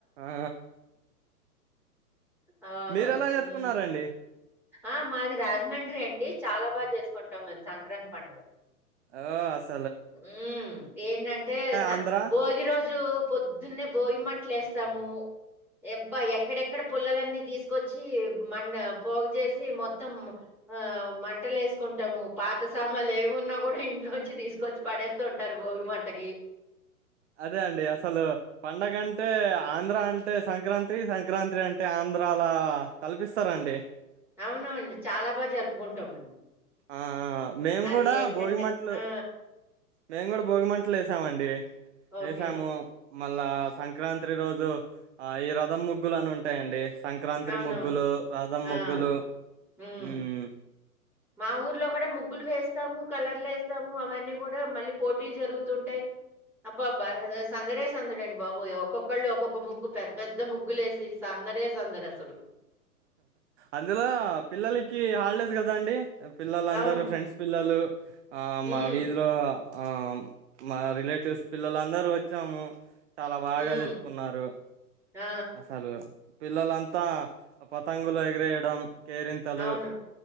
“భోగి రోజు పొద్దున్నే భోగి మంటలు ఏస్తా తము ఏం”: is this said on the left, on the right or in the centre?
Centre